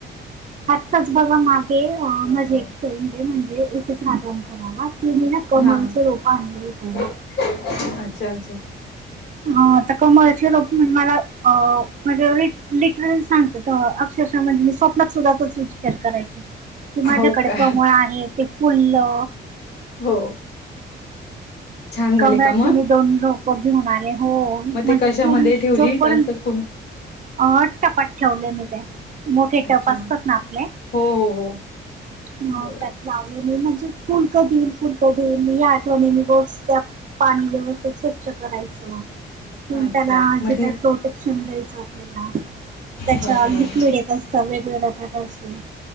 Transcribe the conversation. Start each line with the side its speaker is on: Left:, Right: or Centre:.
Right: आत्ताच बघा मागे माझी
Left: हा हा
Right: एक फ्रेंड आहे म्हणजे इथेच राहत आमच्या गावा तिने ना. कमळचे
Left: हा
Right: रोपं आणले विकायला.
Left: अच्छा अच्छा.
Right: हता कमळची रोप म्हणजे मला म्हणजे लिटरल सांग. अक्षरशः म्हणजे मी स्वप्त सुद्धा तच विचार करायची. कि माझ्याकडे
Left: हो का
Right: कमळ आहे ते फुल्ल.
Left: हो. छान झाले
Right: कमळाचे
Left: का मग
Right: मी दोन रोप घेऊन आले हो म्हणजे
Left: मग ते कशामध्ये
Right: फुल
Left: ठेवली
Right: जो पर्यंत.
Left: असं कुण
Right: अहो टपात ठेवले मी ते. मोठे
Left: अच्छा.
Right: टप असतात ना आपले
Left: हो हो हो
Right: त्यात.
Left: बरं
Right: लावले मी म्हणजे फुल कधी देईन फुल कधी देईन या आठवणीने मी रोज. त्या पाणी वेवस्थेच. करा
Left: अच्छा
Right: त्याला
Left: मग
Right: जे काही
Left: ती
Right: प्रोटेक्शन द्यायचं. आपल्याला
Left: बरं
Right: त्याच्या
Left: बरं.
Right: लिक्विड येत असत वेगवेगळ्या प्रकारचे